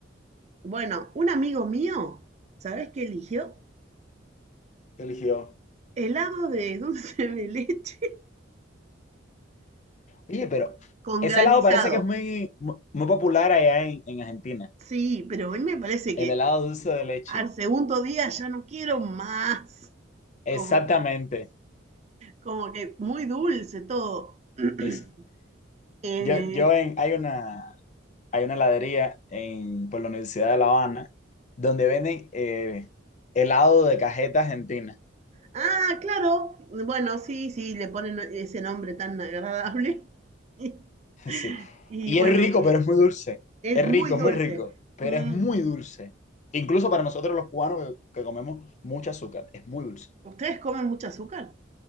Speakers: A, on the right; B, on the left.
A: Bueno, un amigo mío, ¿sabes qué eligió?
B: ¿Qué eligió?
A: Helado de dulce de leche <laughs>
B: Oye, pero
A: con
B: ese
A: granizado.
B: helado parece que es muy, mu- muy popular allá en, en Argentina.
A: Sí, pero a mí me parece
B: El
A: que
B: helado dulce de leche.
A: al segundo día ya no quiero más.
B: Exactamente.
A: como, como que muy dulce todo. <clears throat>
B: Ese.
A: Eh,
B: Yo, yo en, hay una, hay una heladería en, por la Universidad de La Habana donde venden eh, helado de cajeta argentina.
A: ah, claro, bueno, sí, sí, le ponen ese nombre tan agradable. <laughs> Y,
B: <laughs> Sí.
A: y
B: Y
A: bueno,
B: es rico, pero es muy dulce.
A: es
B: Es
A: muy
B: rico,
A: dulce.
B: es muy rico, pero
A: Mm,
B: es muy dulce. Incluso para nosotros los cubanos que, que comemos mucho azúcar, es muy dulce.
A: ¿Ustedes comen mucho azúcar?